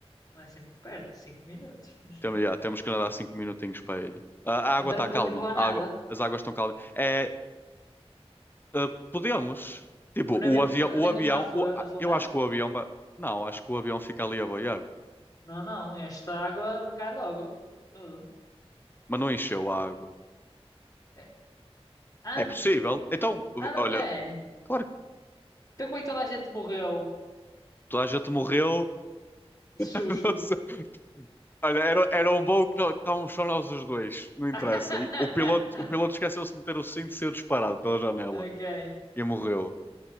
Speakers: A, on the left; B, on the left.
A: Não é assim muito perto, 5 minutos, mas sim.
B: Temos, já, temos que nadar cinco minutinhos para ele A, a
A: Então
B: água está
A: não podemos
B: calma.
A: levar
B: A
A: nada.
B: água, as águas estão calmas. É, ah, podemos. Tipo,
A: O navio
B: o avião.
A: não tá-
B: O
A: onde é
B: avião
A: que não está a fu-
B: o-
A: a afundar?
B: ah, eu acho que o avião. ba- Não, acho que o avião fica ali a boiar.
A: Não, não, esta água cai logo. Tudo.
B: Mas não encheu a água.
A: É. Ah,
B: É possível. Então,
A: não, não
B: olha,
A: é.
B: claro que
A: Então como é que toda a gente morreu
B: toda a gente morreu.
A: de
B: <laughs>
A: susto?
B: Não sei. Olha, era, era um voo que não, estávamos só nós os dois. Não interessa.
A: <laughs>
B: E o piloto, o piloto esqueceu-se de meter o cinto e saiu disparado pela janela.
A: Ok.
B: E morreu.